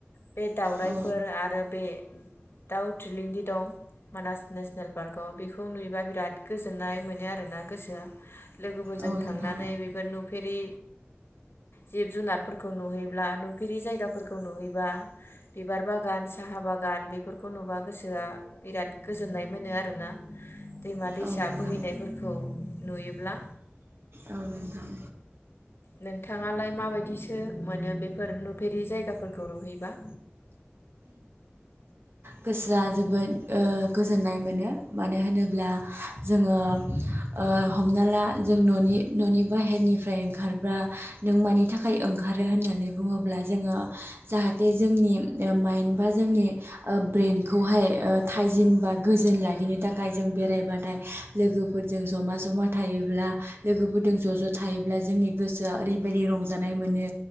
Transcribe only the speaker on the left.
बे दाउराइफोर
आरो बे दाउ थ्रिलंदि दं मानास नेसनेल पार्कआव बेखौ नुयोबा बिराद गोजोननाय मोनो आरोना गोसोया। लोगोफोरजों
थांनानै बेफोर नु फेरि जिब जुनारफोरखौ नुहैब्ला नुफेरि जायगाफोरखौ नुहैबा बिबार बागान साहा बागान बेफोरखौ नुबा गोसोया बिराद गोजोननाय मोनो आरोना। दैमा दैसा
बोहैनायफोरखो खौ नुयोब्ला
नोंथाङालाय माबायदिसो मोनो बेफोर नुफेरि जायगाफोरखौ नुहैबा?